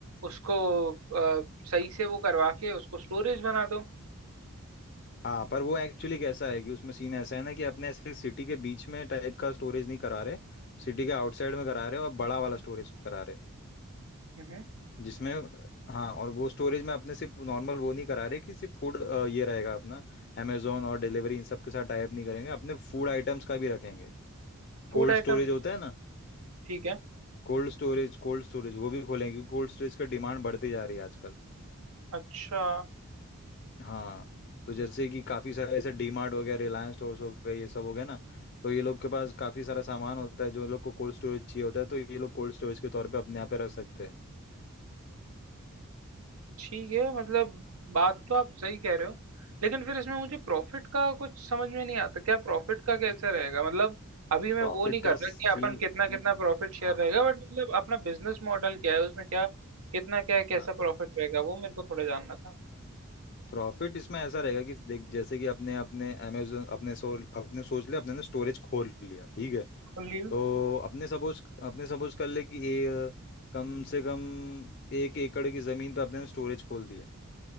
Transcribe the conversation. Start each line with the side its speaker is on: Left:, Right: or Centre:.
Right: उसको अ, सही से वो करवा के उसको स्टोरेज बना दो
Left: हाँ पर वो एक्चुअली कैसा है कि उसमें सीन ऐसा है ना कि अपने ऐसे सिटी के बीच में टाइप का स्टोरेज नहीं करा रहे सिटी के आउटसाइड में करा रहे और बड़ा वाला स्टोरेज करा रहे
Right: हम्म
Left: जिसमें हाँ और वो स्टोरेज में अपने सिर्फ नॉर्मल वो नहीं करा रहे कि सिर्फ फूड ये रहेगा अपना अमेजोन और डिलीवरी इन सब के साथ टाई अप नहीं करेंगे अपने फूड आइटम्स का भी रखेंगे
Right: फूड
Left: कोल्ड
Right: आइटम्स
Left: स्टोरेज होता है ना
Right: ठीक है
Left: कोल्ड स्टोरेज कोल्ड स्टोरेज वो भी खोलेंगे क्योंकि कोल्ड स्टोरेज का डिमांड बढ़ती जा रही है आजकल
Right: अच्छा
Left: हाँ तो जैसे कि काफी सारे ऐसे डीमार्ट हो गया रिलायंस स्टोर्स हो गए ये सब हो गया ना तो ये लोग के पास काफी सारा सामान होता है जो लोग को कोल्ड स्टोरेज चाहिए होता है तो ये लोग कोल्ड स्टोरेज के तौर पे अपने यहाँ पे रख सकते हैं
Right: ठीक है मतलब बात तो आप सही कह रहे हो लेकिन फिर इसमें मुझे प्रॉफिट का कुछ समझ में नहीं आता क्या प्रॉफिट का कैसे रहेगा मतलब अभी मैं
Left: प्रॉफिट
Right: वो नहीं कर
Left: का
Right: रहा
Left: सीन
Right: कि अपन कितना कितना प्रॉफिट शेयर
Left: हाँ
Right: रहेगा बट मतलब अपना बिजनेस मॉडल क्या है उसमें क्या कितना क्या है कैसा
Left: हाँ।
Right: प्रॉफिट रहेगा वो मेरे को थोड़ा जानना था
Left: प्रॉफिट इसमें ऐसा रहेगा कि देख जैसे कि अपने अपने अमेजोन अपने सो अपने सोच लिया अपने ने स्टोरेज खोल लिया ठीक है
Right: खोलिए
Left: तो अपने सपोज अपने सपोज कर ले कि ए, कम से कम एक एकड़ की जमीन पे अपने ने स्टोरेज खोल दी है